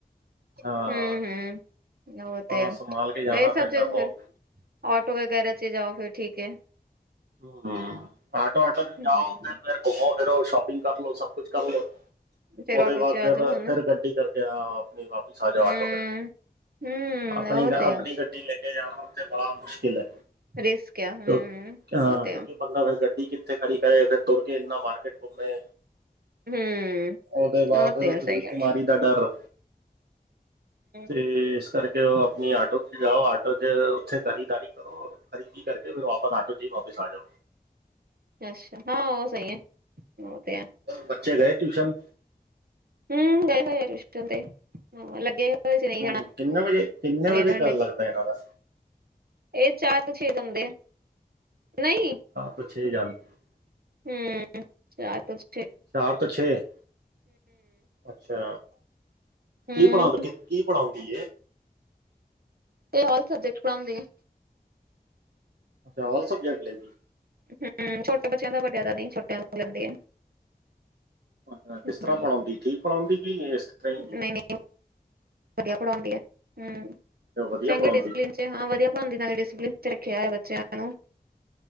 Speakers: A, on the right; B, on the right.
A: ਹਾਂ
B: ਹੂ ਹੂ ਉਹ
A: ਬੜਾ
B: ਤੇ ਆ
A: ਸੰਭਾਲ ਕੇ ਜਾਣਾ
B: ਇਹ
A: ਪੈਂਦਾ
B: ਸਭ ਚੀ
A: ਬਹੁਤ
B: ਫਿਰ। ਆਟੋ ਵਗੈਰਾ ਚੇ ਜਾਓ ਫਿਰ ਠੀਕ ਹੈ।
A: ਹੂ ਆਟੋ-ਆਟੋ ਚ
B: ਹੂੰ,
A: ਜਾਓ ਉਥੇ ਫਿਰ ਘੁੰਮੋ ਫਿਰੋ ਸ਼ੋਪਿੰਗ ਕਰਲੋ ਸਭ ਕੁਛ ਕਰਲੋ।
B: ਫੇਰ
A: ਉਹਦੇ
B: ਆਟੋ
A: ਬਾਅਦ
B: ਚ ਆ
A: ਫਿਰ
B: ਜਾਓ ਹਨਾ
A: ਫਿਰ ਗੱਡੀ ਕਰਕੇ ਆ ਆਪਣੀ ਵਾਪਿਸ ਆ ਜਾਓ
B: ਹੂੰ
A: ਆਟੋ ਕਰਕੇ
B: ਹੂੰ
A: ਆਪਣੀ
B: ਉਹ
A: ਆਪਣੀ
B: ਤੇ ਆ
A: ਗੱਡੀ ਲੈ ਕੇ ਜਾਣਾ ਉਥੇ ਬੜਾ ਮੁਸ਼ਕਿਲ ਹੈ।
B: ਰਿਸਕ ਆ ਹੂ
A: ਕਿਉਂ- ਹਾਂ,
B: ਉਹ ਤੇ
A: ਕਿਉਂਕਿ
B: ਹੈ।
A: ਬੰਦਾ ਫਿਰ ਗੱਡੀ ਕਿੱਥੇ ਖੜੀ ਕਰੇ ਫਿਰ ਤੁਰ ਕੇ ਇੰਨਾ ਮਾਰਕੀਟ ਘੁੰਮੇ
B: ਹੂੰ
A: ਉਹਦੇ ਬਾਅਦ ਫਿਰ
B: ਤੇ
A: ਉਹ
B: ਆ
A: ਚੂੜੀ,
B: ਸਹੀ ਗੱਲ
A: ਚਮਾਰੀ। ਦਾ ਡਰ
B: ਹੂੰ
A: ਤੇ ਇਸ ਕਰਕੇ। ਉਹ ਆਟੋ ਚ ਜਾਓ, ਆਟੋ ਚ ਉੱਥੇ ਕਾਹੀ ਤਾਰੀਖ <unintelligible> ਖਰੀਦੀ ਕਰਕੇ ਫੇਰ ਵਾਪਸ, ਆਟੋ ਚ ਹੀ ਵਾਪਿਸ ਆ ਜਾਓ।
B: ਅੱਛਾ, ਹਾਂ ਉਹ ਸਹੀ ਹੈ, ਉਹ ਤੇ ਹੈ।
A: ਬੱਚੇ ਗਏ ਟਿਊਸ਼ਨ?
B: ਹਮ, ਗਏ ਹੋਏ ਰਿਸ਼ਟ ਤੇ ਲੱਗੇ ਹੋਏ ਸੀ ਨਹੀਂ
A: ਹਮ, ਕਿੰਨੇ ਵਜੇ, ਕਿੰਨੇ
B: ਜਾਣਾ
A: ਵਜੇ ਗੱਲ
B: ਡਈ
A: ਲੱਗਦਾ ਇਹਨਾਂ ਦਾ?
B: ਇਹ, ਚਾਰ ਤੋਂ ਛੇ <unintelligible> ਜਾਂਦੇ ਨਹੀਂ
A: ਤਾਂ ਛੇ ਜਾਣ <unintelligible>
B: ਹਮ ਚ <unintelligible>
A: ਚਾਰ ਤੋਂ ਛੇ। ਅੱਛਾ,
B: ਹੂੰ
A: ਕੀ ਪੜਾਉਂ ਕੀ ਪੜ੍ਹਾਉਂਦੀ?
B: ਇਹ ਐੱਲ ਸਬਜੈਕਟ ਪੜਉਦੀ ਹੈ।
A: ਅੱਛਾ, ਐੱਲ ਸਬਜੈਕਟ ਐ ਜੀ।
B: ਹਮ, ਛੋਟੇ ਬੱਚਿਆਂ ਦਾ, ਵੱਡਿਆਂ ਤਾਂ ਨੀ ਛੋਟਿਆਂ ਨੂੰ ਲੈਂਦੀ ਆ।
A: ਹਾਂ ਕਿਸ ਤਰ੍ਹਾਂ
B: ਹਮ,
A: ਪੜ੍ਹਾਉਂਦੀ? ਠੀਕ ਪੜ੍ਹਾਉਂਦੀ ਕਿ ਇਸ ਤਰ੍ਹਾਂ ਹੀ।
B: ਨਹੀਂ ਨਹੀਂ ਵਧੀਆ ਪੜਾਉਂਦੀ ਹੈ ਹਮ,
A: ਹੈ ਵਧੀਆ
B: ਚੰਗੇ
A: ਪੜਾਉਂਦੀ
B: ਡਿਸਪਲੀਨ ਹਾਂ, ਵਧੀਆ ਪੜਾਂਦੀ ਨਾਲ਼ੇ ਡਿਸਪਲੀਨ ਚ ਰੱਖਿਆ ਹੋਇਆ ਬੱਚਿਆਂ ਨੂੰ,